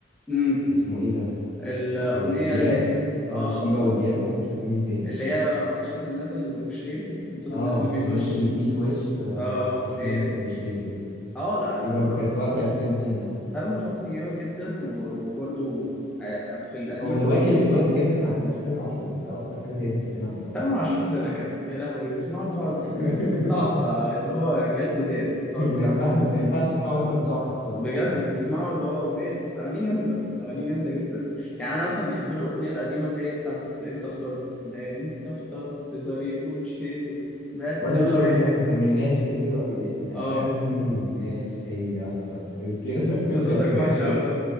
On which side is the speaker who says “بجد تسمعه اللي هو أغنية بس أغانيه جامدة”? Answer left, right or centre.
Centre